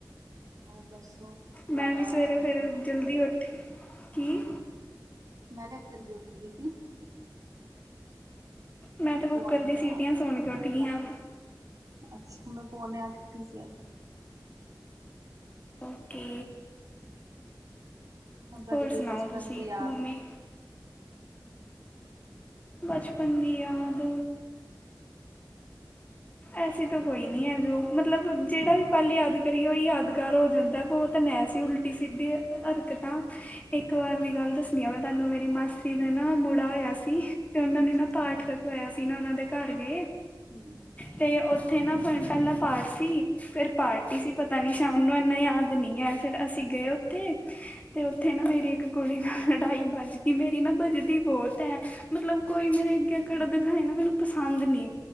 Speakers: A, on the right; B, on the left.
A: ਹੋਰ ਦੱਸੋ ਤੋਹਾਡਾ।
B: ਮੈਂ ਵੀ ਸਵੇਰੇ ਫਿਰ ਜਲਦੀ ਉੱਠੇ ਕੀ।
A: ਮੈਂ ਕੇਆ ਜਲਦੀ ਉਠ ਗੀ ਸੀ।
B: ਮੈਂ ਤਾ ਕੁੱਕਰ
A: ਪੌਣੇ
B: ਦੀ ਸੀਟੀਆਂ
A: ਅੱਠ।
B: ਸੁਨ ਕੇ ਉੱਠ ਗਈ ਆਂ।
A: ਅੱਛਾ ਮੈਂ ਪੋਨੇ ਆੱਠ ਉਠੀ ਸੀ ਅੱਜ।
B: ਓਕੇ।
A: ਹੁਨ ਤੋਆਡੀ
B: ਹੋਰ
A: ਕੋਈ
B: ਸੁਣਾਓ
A: ਬਚਪਨ
B: ਤੁਸੀਂ
A: ਦੀ ਯਾਦ
B: ਮੰਮੀ ਬਚਪਨ ਦੀ ਯਾਦ। ਐਸੀ ਤਾ ਕੋਈ ਨੀ ਐ ਜੋ ਮਤਲਬ ਜੇੜਾ ਵੀ ਪਲ ਯਾਦ ਕਰੀਏ ਓਈ ਯਾਦਗਾਰ ਹੋ ਜਾਂਦਾ ਬੋਤ ਨੈ ਸੀ ਉਲ ਟੀ ਸਿੱਧੀ ਹਰਕਤਾਂ। ਏਕ ਵਾਰ ਦੀ ਗਾੱਲ ਦੱਸਨੀ ਆ ਮੈਂ ਤਾਨੂੰ ਮੇਰੀ ਮਾਸੀ ਨੇ ਨਾ ਬੁੜਾ ਹੋਏਆ ਸੀ। ਤੇ ਓਨਾਂ
A: ਅੱਛਾ
B: ਨੇ ਨਾ ਪਾਠ ਰਖਵਾਏਆ ਸੀ ਨਾ ਓਨਾਂ ਦੇ ਘਾੱਰ ਗਏ।
A: ਹੂੰ।
B: ਤੇ ਓਥੇ ਨਾ ਫਨਟਲ ਦਾ ਪਾਠ ਸੀ। ਫੇਰ ਪਾਰਟੀ ਸੀ ਪਤਾ ਨੀ ਸ਼ਾਮ ਨੂੰ ਐਨਾ ਯਾਦ ਨੀ ਐ ਫੇਰ ਅਸੀ
A: ਅੱਛਾ।
B: ਗਏ ਓਥੇ। ਤੇ ਓਥੇ ਨਾ ਮੇਰੀ ਏਕ ਕੁੜੀ ਨਾਲ ਲੜਾਈ ਬੱਜਗੀ‌ ਮੇਰੀ ਨਾ ਬੱਜਦੀ ਬੋਤ ਐ। ਮਤਲਬ ਕੋਈ ਮੇਰੇ ਅੱਗੇ ਅਕੜ ਦਖਾਏ ਨਾ ਮੈਨੂੰ ਪਸਾੰਦ ਨੀ।